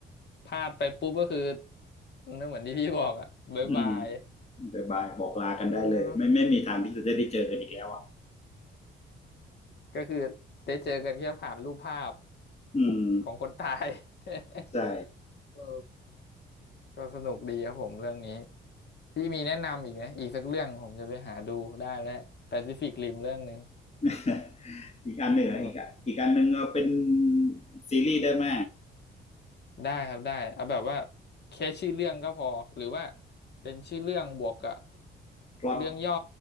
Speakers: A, on the left (about 60°); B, on the left (about 30°).
A: พลาดไปปุ๊บก็คือนั่นเหมือนที่พี่บอกอ่ะบ๊ายบาย
B: อืมบายบายบอกลากันได้เลยไม่ไม่มีทางที่จะได้เจอกันอีกแล้วอ่ะ
A: เออก็คือได้เจอกันแค่ผ่านรูปภาพ
B: อืม
A: ของคนตาย <laughs>
B: ใช่
A: เออก็สนุกดีครับผมเรื่องนี้พี่มีแนะนำอีกไหมอีกสักเรื่องผมจะไปหาดูได้แล้วแปซิฟิกริมเรื่องหนึ่ง
B: <laughs> อีกอันหนึ่งอะอีกอะอีกอันหนึ่งเอาเป็น
A: เอาแบบ
B: ซีรีส์ได้ไหม
A: ได้ครับได้เอาแบบว่าแค่ชื่อเรื่องก็พอหรือว่าเป็นชื่อเรื่องบวกกับ
B: พล็อต
A: เรื่องย่อ